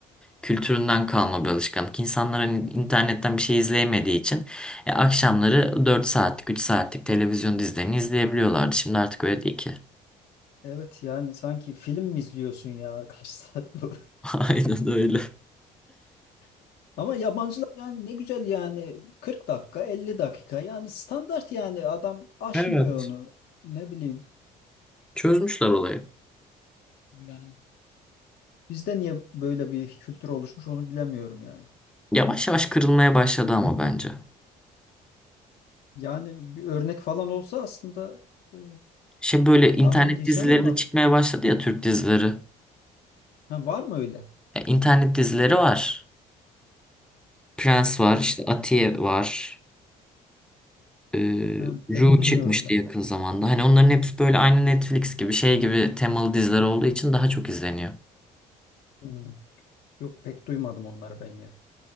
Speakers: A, in the centre; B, on the left.
A: kültüründen kalma bir alışkanlık. İnsanlar hani internetten bir şey izleyemediği için e, akşamları 4 saatlik, 3 saatlik televizyon dizilerini izleyebiliyorlardı. Şimdi artık öyle değil ki.
B: Evet yani sanki film mi izliyorsun ya <laughs> kaç saat bu?
A: <laughs> Aynen öyle.
B: <laughs> Ama yabancılar yani ne güzel yani 40 dakika 50 dakika yani standart yani adam aşmıyor
A: Evet.
B: onu ne bileyim.
A: Çözmüşler olayı.
B: Yani bizde niye böyle bir kültür oluşmuş onu bilemiyorum yani.
A: Yavaş yavaş kırılmaya başladı ama bence.
B: Yani bir örnek falan olsa aslında e,
A: Şey böyle internet
B: tamam diyeceğim
A: dizileri
B: ama
A: de çıkmaya başladı ya Türk dizileri.
B: ha, var mı öyle?
A: Ya, internet dizileri var. Prens var,
B: Ha,
A: işte Atiye var. Ee,
B: ha,
A: Ru
B: pek bilmiyorum
A: çıkmıştı
B: ben.
A: yakın zamanda. Hani onların hepsi böyle aynı Netflix gibi şey gibi temalı diziler olduğu için daha çok izleniyor.
B: Hmm. Yok pek duymadım onları ben ya.